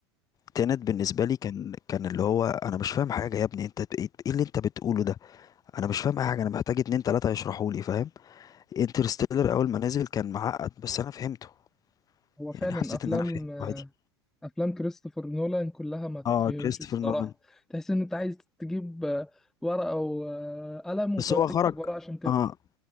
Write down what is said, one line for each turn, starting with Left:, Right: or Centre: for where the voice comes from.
Left: تينت بالنسبه لي كان كان اللي هو انا مش فاهم حاجه يا ابني انت ب- ايه إيه اللي انت بتقوله ده انا مش فاهم اي حاجه انا محتاج اتنين تلاته يشرحوا لي فاهم انترستيلر اول ما نزل كان معقد بس انا فهمته
Centre: هو
Left: يعني
Centre: فعلا
Left: حسيت
Centre: أفلام
Left: ان انا فهمته عادي
Centre: افلام كريستوفر نولان كلها ما تتفهمش
Left: اه كريستوفر
Centre: الصراحه
Left: نولان
Centre: تحس ان انت عايز تجيب آه، ورقه وقلم وتقعد
Left: بس هو
Centre: تكتب
Left: خرج
Centre: ورقه عشان تفهم
Left: اه